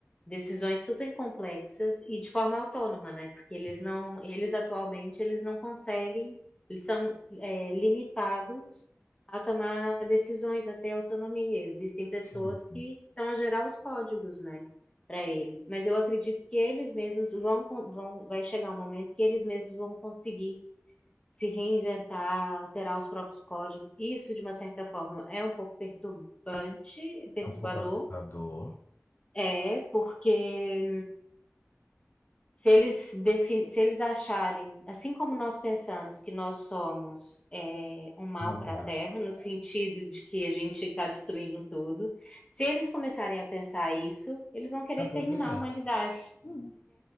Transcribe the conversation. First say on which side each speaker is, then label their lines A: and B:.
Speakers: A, on the left; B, on the left.
A: decisões super complexas e de forma autônoma, né? Porque
B: Sim,
A: eles não, eles atualmente, eles não conseguem, eles são, é, limitados a tomar decisões, até autonomia. Existem pessoas
B: sim.
A: que estão a gerar os códigos, né? para eles. Mas eu acredito que eles mesmos vão, con- vão, vai chegar um momento que eles mesmos vão conseguir se reinventar, alterar os próprios códigos. Isso, de uma certa forma, é um pouco perturbante, perturbador,
B: É um pouco assustador,
A: é, porque se eles, defin- se eles acharem, assim como nós pensamos que nós somos é, um mal
B: uma ameaça.
A: para a Terra, no sentido de que a gente está destruindo tudo, se eles começarem a pensar isso, eles vão querer
B: Acabou
A: exterminar
B: pra gente.
A: a humanidade.
B: Sim.